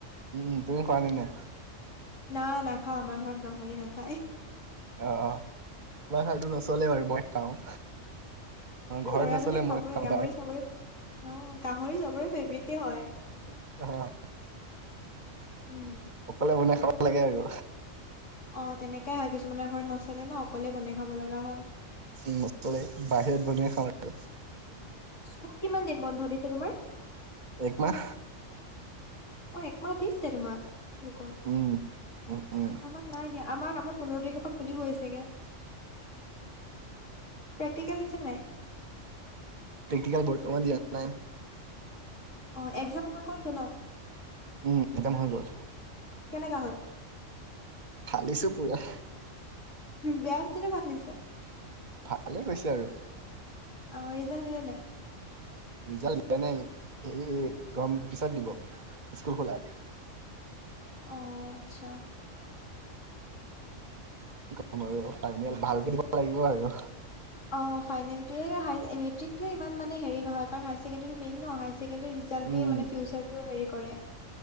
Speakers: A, on the right; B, on the left.
A: উম। তুমি কৰা নাই না।
B: না। নাখাওঁ। আমাৰ ঘৰত গাহৰি নাখায়।
A: অহ। অহ। আমাৰ ঘৰতো নচলে বাৰু। মই খাওঁ।
B: অ'
A: ঘৰত
B: ল'ৰা
A: নচলে
B: মানুহে খাবই।
A: মই খাওঁ
B: গাহৰি
A: বাই
B: চবৰে অ' গাহৰি চবৰে ফেভৰেটে হয়।
A: উ। অহ।
B: উম।
A: অকলে বনাই খাব লাগে আৰু।
B: অ তেনেকাই হয়। কিছুমানে ঘৰত নচল মানে ন অকলে বনাই খাব লগা হয়।
A: নচলে বাহিৰত বনাই খাওঁ আৰু
B: স্কুল কিমান দিন বন্ধ দিছে তোমাৰ?
A: এক মাহ।
B: অ' একমাহ দিছে তোমাক লোকক?
A: উম। উম
B: আমাক নাই দিয়া। আমাক আমাৰ পোন্ধৰ তাৰিখৰ পৰা খুলিবই ছাগে। প্ৰেক্টিকেল দিছে নাই?
A: প্ৰেক্টিকেল বৰ্তমান দিয়া নাই।
B: অ' একজাম হৈ গ'লতো ন?
A: উম। একজাম হৈ গ'ল।
B: কেনেকা হল?
A: ফালিছো পুৰা।
B: বেয়া হৈছেনে? ভাল হৈছে?
A: ভাল হৈছে আৰু।
B: অ' ৰিজাল্ট দিলে নাই?
A: ৰিজাল্ট দিয়া নাই। এই এই গৰমৰ পিছত দিব। স্কুল খোলাত
B: অ' আচ্ছা।
A: কি কম আৰু ফাইনেল। ভালকে দিব লাগিব আৰু।
B: অ' ফাইনেলটোৱে, হাই মেট্ৰিকটোৱে ইমান মানে হেৰি নহয় কাৰণ হাইচেকেণ্ডেৰীটো মেইন ন। হাইচেকেণ্ডেৰী ৰিজা -জাল্টে
A: উম।
B: মানে ফিউচাৰটো হেৰি কৰে।